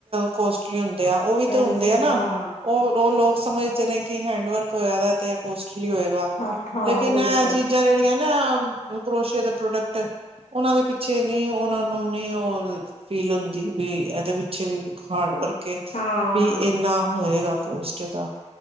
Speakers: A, on the right; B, on the left.
A: ਕੋਸਟਲੀ ਹੁੰਦੇ ਆ ਉਹ ਵੀ ਤੇ ਹੁੰਦੇ
B: ਅਸੀਂ
A: ਆ ਨਾ,
B: ਹਾਂ
A: ਉਹ ਲੋਕ ਸਮਝਦੇ ਨੇ ਕਿ ਹੈ ਵਰਕ ਹੋਇਆ ਤੇ ਕੋਸਟਲੀ ਹੋਏਗਾ,
B: ਹਾਂ ਹਾਂ
A: ਲੇਕਿਨ
B: ਬਿਲਕੁਲ
A: ਇਹ ਚੀਜ਼ਾਂ ਜਿਹੜੀਆਂ ਨਾ ਕਰੋਸ਼ੇ ਦੇ ਪ੍ਰੋਡਕਟ ਉਹਨਾਂ ਦੇ ਪਿੱਛੇ ਨੀ ਉਹਨਾਂ ਨੂੰ ਨੀ ਉਹ ਫੀਲ ਹੁੰਦੀ ਵੀ ਇਹਦੇ ਵਿੱਚ ਪਿੱਛੇ ਵੀ ਹਾਰਡ ਵਰਕ ਕੇ
B: ਹਾਂ
A: ਵੀ ਇਨਾ ਹੋਏਗਾ, ਕੋਸਟ ਦਾ